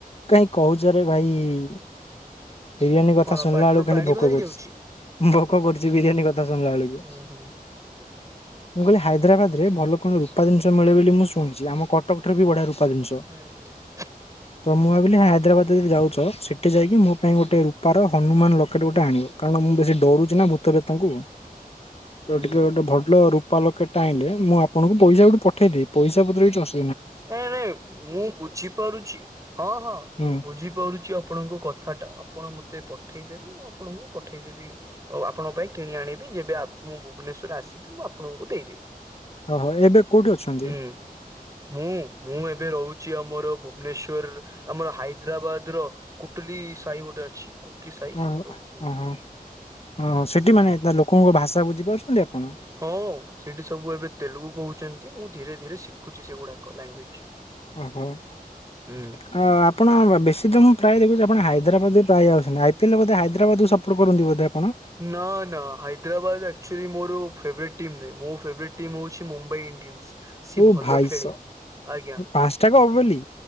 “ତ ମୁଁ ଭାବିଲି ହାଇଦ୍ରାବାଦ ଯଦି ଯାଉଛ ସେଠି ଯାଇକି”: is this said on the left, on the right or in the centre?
Left